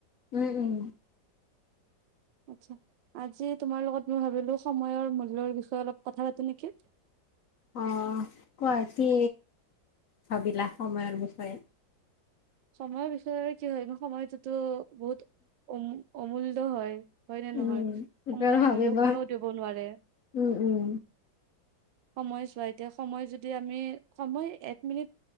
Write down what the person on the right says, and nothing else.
আচ্ছা আজি তোমাৰ লগত মই ভাবিলো সময়ৰ মূল্যৰ বিষয়ে অলপ কথা পাতো নেকি <inaudible>
সময়ৰ বিষয়ে কি হয় সময়টোতো বহুত অম অমূল্য হয় হয় নে
নহয়
সময়ৰ
মূল্য কোনেও দিব নোৱাৰে
সময় চোৱা এতিয়া সময় যদি আমি সময় এক মিনিট